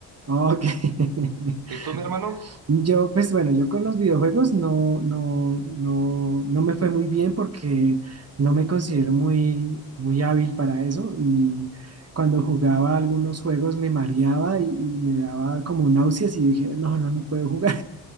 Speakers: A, on the right; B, on the right.
A: Ah, Ok. <laughs>
B: ¿Y tú, mi hermano?
A: Yo, pues bueno, yo con los videojuegos no, no, no, no me fue muy bien porque no me considero muy, muy hábil para eso y cuando jugaba algunos juegos me mareaba y, y me daba como náuseas y dije, no, no, no puedo jugar.